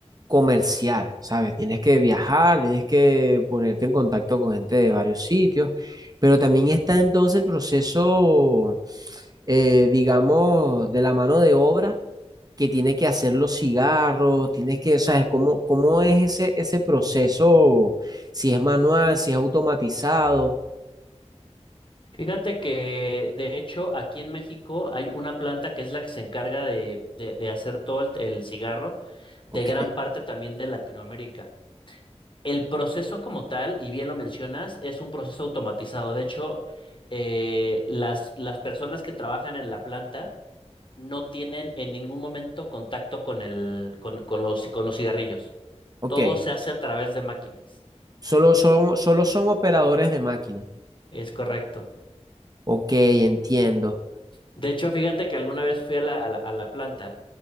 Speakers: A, on the right (about 35°); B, on the left (about 45°).
A: comerciar, ¿sabes? Tienes que viajar, tienes que ponerte en contacto con gente de varios sitios, pero también está entonces el proceso, eh, digamos, de la mano de obra que tiene que hacer los cigarros, tienes que, o sea, ¿cómo, cómo es ese, ese proceso? Si es manual, si es automatizado.
B: Fíjate que de hecho aquí en México hay una planta que es la que se encarga de, de- de hacer todo el, el cigarro de
A: Ok,
B: gran parte también de Latinoamérica. El proceso como tal, y bien lo mencionas, es un proceso automatizado. De hecho, eh, las, las personas que trabajan en la planta no tienen en ningún momento contacto con el, con, con los, con los cigarrillos.
A: ok.
B: Todo se hace a través de máquinas.
A: Solo son, solo son operadores de máquina.
B: Es correcto.
A: Ok, entiendo.
B: De hecho, fíjate que alguna vez fui a la, a la, a la planta